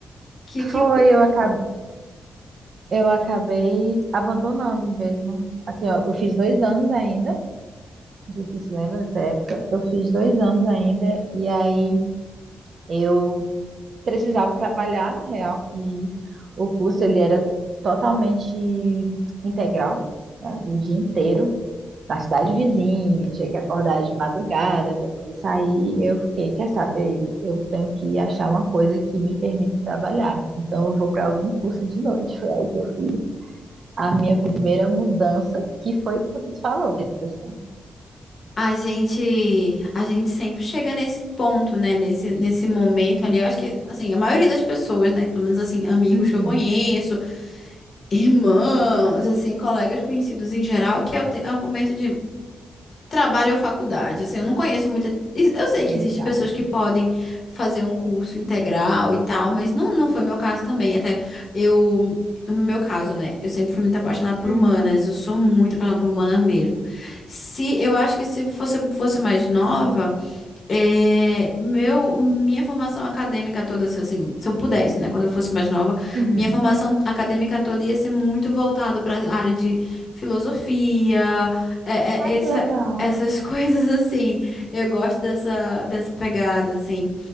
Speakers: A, on the left; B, on the right.
A: Que que
B: Foi,
A: o
B: eu
A: que
B: acabei, eu acabei abandonando mesmo. Assim, ó, eu fiz dois anos ainda, não sei se você lembra dessa época, eu fiz dois anos ainda, e aí eu precisava trabalhar, na real, e o curso ele era totalmente integral, né? O dia inteiro, na cidade vizinha, eu tinha que acordar de madrugada para poder sair. Eu fiquei, quer saber, eu tenho que achar uma coisa que me permita trabalhar. Então eu vou para algum curso de noite. Foi aí que eu fiz a minha primeira mudança, que foi o que tu falou, Petras, né?
A: a gente a gente sempre chega nesse ponto, né? Nesse nesse momento ali, eu acho que assim, a maioria das pessoas, né, pelo menos assim, amigos
B: Uhum,
A: que eu conheço, irmãos, assim, colegas conhecidos em geral, que é o, te- é o momento de trabalho ou faculdade. Assim, eu não conheço muita. Eu sei
B: Exato.
A: que existem pessoas que podem fazer um curso integral e tal, mas não, não foi meu caso também. Até eu, no meu caso, né? Eu sempre fui muito apaixonada por
B: uhum,
A: humanas. Eu sou muito apaixonada por humanas mesmo. Se eu acho que se fosse, fosse mais nova. É, meu, minha formação acadêmica toda, se, assim, se eu pudesse, né, quando eu fosse mais nova,
B: uhum.
A: minha formação acadêmica toda ia ser muito voltada para a área de filosofia, é,
B: Ai,
A: é, essa,
B: que legal.
A: essas <laughs> coisas assim. Eu gosto dessa, dessa pegada, assim.